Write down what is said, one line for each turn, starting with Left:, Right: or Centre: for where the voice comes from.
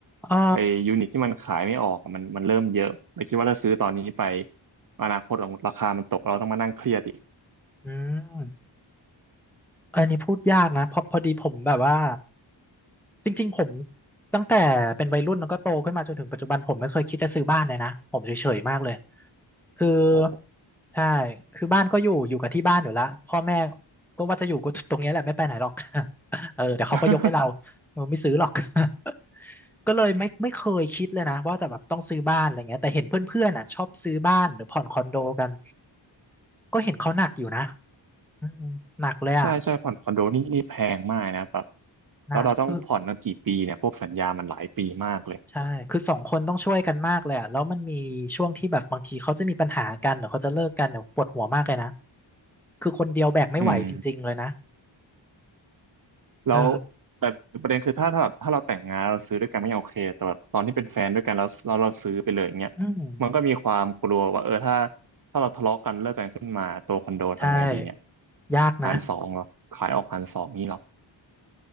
Centre: อ่า
Right: ไอ้ยูนิตที่มันขายไม่ออกอะมันมันเริ่มเยอะเลยคิดว่าถ้าซื้อตอนนี้ไปอนาคตของราคามันตกเราต้องมานั่งเครียดอีก
Centre: อืม อันนี้พูดยากนะ เพราะพอดีผมแบบว่า จริงๆผมตั้งแต่เป็นวัยรุ่นแล้วก็โตขึ้นมาจนถึงปัจจุบันผมไม่เคยคิดจะซื้อบ้านเลยนะผมเฉยๆมากเลยคือ
Right: โอ้
Centre: ใช่คือบ้านก็อยู่อยู่กับที่บ้านอยู่แล้วพ่อแม่ก็ว่าจะอยู่ก็ตรงเนี้ยแหละไม่ไปไหนหรอก <laughs> เออเดี๋ยวเขาก็ยกให้เรา
Right: <laughs>
Centre: เออไม่ซื้อหรอก <laughs> ก็เลยไม่ไม่เคยคิดเลยนะว่าจะแบบต้องซื้อบ้านอะไรเงี้ยแต่เห็นเพื่อนๆอ่ะชอบซื้อบ้านหรือผ่อนคอนโดกันก็เห็นเขาหนักอยู่นะอืมหนักเลยอ่ะ
Right: ใช่ใช่ผ่อนคอนโดนี่นี่แพงมากนะแบบ
Centre: หนักคือ
Right: แล้วเราต้องผ่อนกันกี่ปีเนี่ยพวกสัญญามันหลายปีมากเลย
Centre: ใช่ คือสองคนต้องช่วยกันมากเลยอะแล้วมันมีช่วงที่แบบบางทีเขาจะมีปัญหากันหรือเขาจะเลิกกันเนี่ยปวดหัวมากเลยนะ คือคนเดียวแบกไม่ไหวจริงๆเลยนะ
Right: อืม แล้ว
Centre: เออ
Right: แต่ประเด็นคือถ้าถ้าถ้าเราแต่งงานเราซื้อด้วยกันไม่ยังโอเคแต่ว่าตอนที่เป็นแฟนด้วยกันแล้วเราเราซื้อไปเลยอย่างเงี้ย
Centre: อืม
Right: มันก็มีความกลัวว่าเออถ้าถ้าเราทะเลาะกันเลิกกันขึ้นมาตัวคอนโดทำไงดีเนี่ย
Centre: ใช่ ยากนะ
Right: หารสองเหรอขายออกหารสองนี่เหรอ